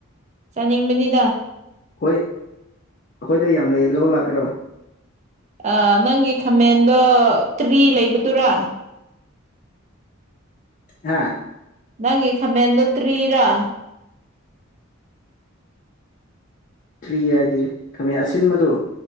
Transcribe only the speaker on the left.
ꯍꯣꯏ ꯑꯈꯣꯏꯗ ꯌꯥꯝ ꯂꯩ ꯂꯧꯕ ꯂꯥꯛꯀꯦꯔꯣ
ꯍꯥꯥ
ꯊ꯭ꯔꯤ ꯍꯥꯏꯗꯤ ꯈꯥꯃꯦꯟ ꯑꯁꯤꯟꯕꯗꯣ